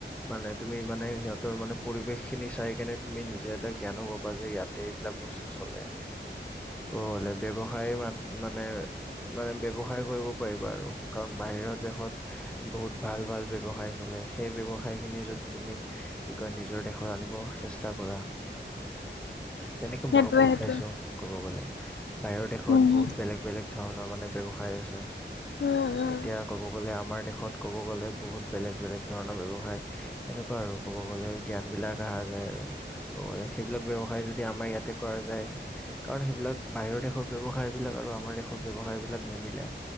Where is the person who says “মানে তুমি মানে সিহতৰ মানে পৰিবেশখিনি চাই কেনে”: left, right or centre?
Centre